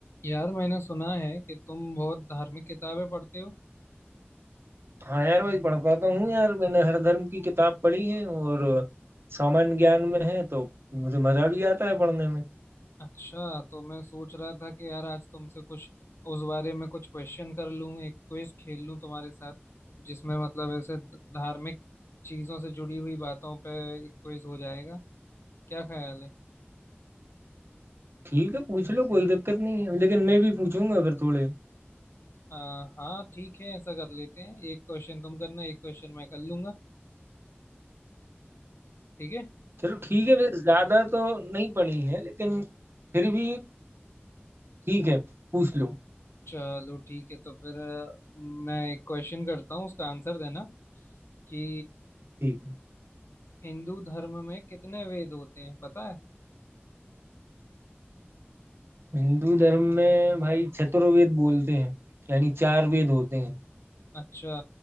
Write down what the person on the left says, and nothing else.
यार मैंने सुना है कि तुम बहुत धार्मिक किताबें पढ़ते हो
अच्छा तो मैं सोच रहा था कि यार आज तुमसे कुछ उस बारे में कुछ क्वेश्चन कर लूं एक क्विज खेल लूं तुम्हारे साथ जिसमें मतलब ऐसे ध- धार्मिक चीजों से जुड़ी हुई बातों पे एक क्विज हो जाएगा क्या ख्याल है
आ, हाँ ठीक है ऐसा कर लेते हैं एक क्वेश्चन तुम करना एक क्वेश्चन मैं कर लूंगा ठीक है
चलो ठीक है तो फिर अ, मैं एक क्वेश्चन करता हूँ उसका आंसर देना कि
हिंदू धर्म में कितने वेद होते हैं पता है
अच्छा